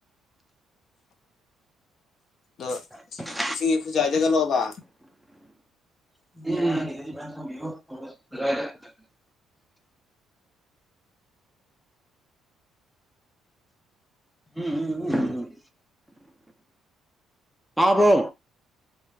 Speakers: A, on the left; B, in the centre.
A: ꯑꯗꯣ
B: <inaudible>
A: ꯏꯁꯤꯡ ꯈꯨꯖꯏꯗꯦꯒꯂꯣꯕ
B: <unintelligible> <unintelligible> <unintelligible> ꯎꯝ ꯎꯝ ꯎꯝ ꯑꯕꯣ